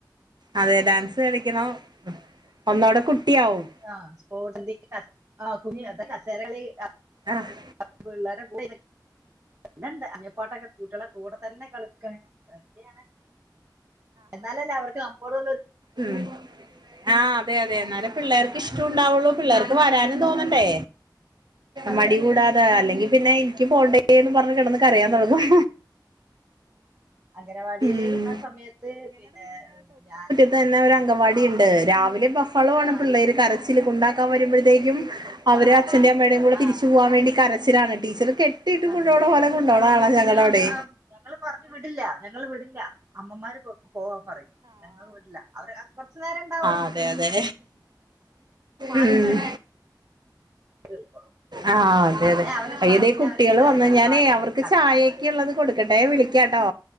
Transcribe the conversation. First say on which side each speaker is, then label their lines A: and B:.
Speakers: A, on the right; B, on the right.
A: അതെ ഡാൻസ് കളിക്കണം ഒന്നൂടെ കുട്ടിയാവും
B: ആഹാ <unintelligible> <unintelligible> കസേരകളി ആ
A: ആഹ്
B: <inaudible> പിന്നെന്താ <unintelligible> കുട്ടിളെ കൂടെ തന്നെ കളിക്കണ് <unintelligible> എന്നാലല്ലേ അവർക്ക് നമ്മോട്
A: ഉംമ് ആഹാ അതെ അതെ എന്നാലും പിള്ളേർക്ക് ഇഷ്ടും ഉണ്ടാവൊള്ളൂ പിള്ളേർക്ക് വരാനും തോന്നണ്ടേ?
B: തന്നെ അതെ
A: മടി കൂടാതെ അല്ലെങ്കി പിന്നെ ഇൻക്കി പോണ്ടേന്നും പറഞ്ഞ് കെടന്ന്ക്കരയാൻ തൊടങ്ങും
B: അംഗനവാടില്
A: ഉം
B: വിട്ന്ന സമയത്ത് പിന്നെ ഞാൻ
A: അട്ത്തന്നെ ഒരഅങ്കവാടിണ്ട് രാവിലെ ബഹ്ളവാണ്
B: ആ
A: പിള്ളേര് കരച്ചില് കുണ്ടാക്കാൻ വരുമ്പോഴ അപ്പഴത്തേക്കും അവര്
B: ആ അതെ
A: അച്ഛന്റെം അമ്മേടെം കൂടെ
B: ആഹ്
A: തിരിച്ചു പോവാം വേണ്ടി കരച്ചിലാണ് ടീച്ചറ് ക്കെട്ടീട്ട്
B: ആഹ്
A: കൊണ്ടോണ പോലെ കൊണ്ടോണകാണാ ഞങ്ങൾടെ
B: അല്ല
A: അവിടെ
B: ഞങ്ങള് പറഞ്ഞു വിടില്ല ഞങ്ങള് വിടില്ല അമ്മമാര് പോവാം പറിയും ഞങ്ങള്‌വിട്ല്ല അവര് കൊറച്ചു നേരേണ്ടാവൊള്ളു
A: ആഹ അതെ അതെ
B: മാറിക്കഴിഞ്ഞായിക്കോളും
A: ഉമ്
B: <unintelligible>
A: ആഹാ അതെ
B: പിന്നെ
A: അതെ
B: അവരിഷ്ട
A: ഇതേ
B: പിന്നെ
A: കുട്ടികള്
B: അവരിഷ്ടായി
A: വന്ന് ഞാനേ
B: പാലായി
A: അവർക്ക്
B: കടലായിട്ട്
A: ചായേക്കിള്ളത് ഫുഡൊടുക്കട്ടെ വിളിക്കാട്ടോ